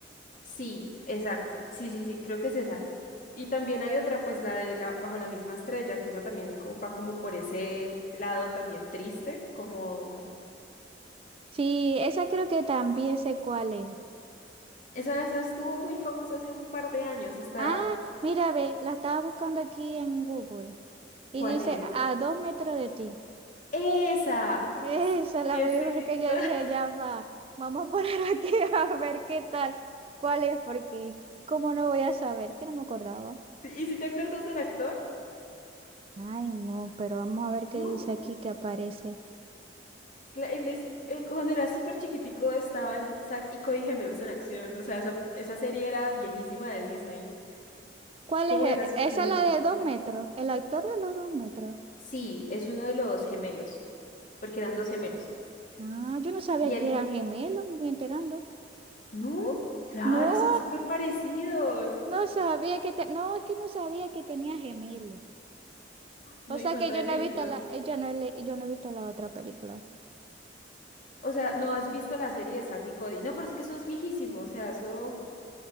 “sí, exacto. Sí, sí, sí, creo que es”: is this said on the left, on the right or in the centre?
Left